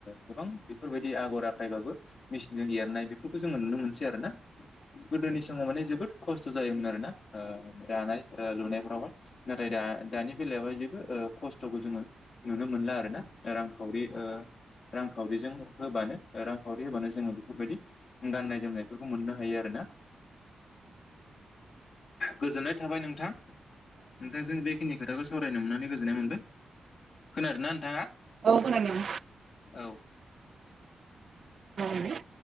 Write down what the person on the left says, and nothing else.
गोबां बेफोरबायदि आगर आखायबाबो मिसि नजों एरनाय बेफोरखौ जोङो नुनो मोनसै आरो ना गोदोनि समाव माने जोबोद खस्थ' जायोमोन आरो ना ओ जानाय ओ लुनायफ्रावहाय नाथाय दा दानि बेलायावहाय जेबो ओ खस्थ'खौ जोङो नुनो मोनला आरो ना रांखावरि ओ रांखावरिजों होबानो रांखावरि होबानो जोङो बेफोरबायदि गाननाय-जोमनायफोरखौ मोननो हायो आरो ना गोजोननाय थाबाय नोंथां नोंथांजों बेखिनि खोथाखौ सावरायनो मोननानै गोजोननाय मोनदों। खोनादों ना नोंथाङा?
औ